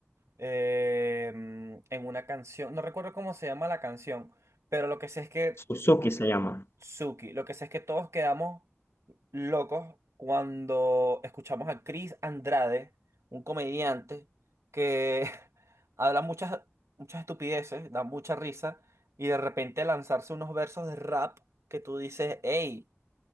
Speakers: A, on the right; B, on the left.
A: eh, mm, en una canción, no recuerdo cómo se llama la canción, pero lo que sé es que
B: Suzuki se llama.
A: Suki, lo que sé es que todos quedamos locos cuando escuchamos a Chris Andrade, un comediante que <laughs> habla muchas, muchas estupideces, da mucha risa, y de repente lanzarse unos versos de rap que tú dices, hey.